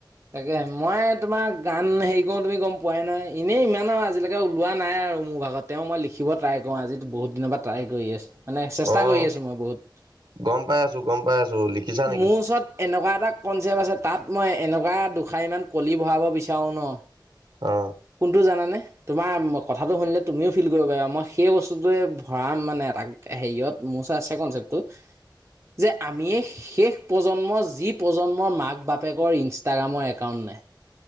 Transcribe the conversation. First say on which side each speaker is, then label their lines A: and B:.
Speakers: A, on the right; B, on the right.
A: তাকে মই তোমাৰ গান হেৰি কৰো তুমি গম পোৱাই নাই এনেই ইমান আও আজিলৈকে ওলোৱা নাই আৰু মোৰ ভাগত তেওঁ মই লিখিব ট্ৰাই কৰোঁ আজি বহুত দিনৰ পৰা ট্ৰাই কৰি আছ মানে চেষ্টা
B: অ'
A: কৰি আছো মই বহুত
B: গম পাই আছো গম পাই আছো লিখিছা নেকি
A: মোৰ ওচৰত এনেকুৱা এটা কনচেপ্ট আছে তাত মই এনেক কা দুশাৰীমান কলি ভৰাব বিচাৰোঁ ন
B: অ
A: কোনটো জানানে তোমাৰ কথাটো শুনিলে তুমিও ফিল কৰিব পাৰিবা মই সেই বস্তুটোৱে ভৰাম মানে এটা হেৰিয়ত মোৰ মোৰ ওচৰত আছে কনচেপ্টটো। যে আমিয়ে শেষ প্ৰজন্মৰ যি প্ৰজন্মৰ মাক বাপেকৰ ইনষ্টাগ্ৰামৰ এক একাউন নাই।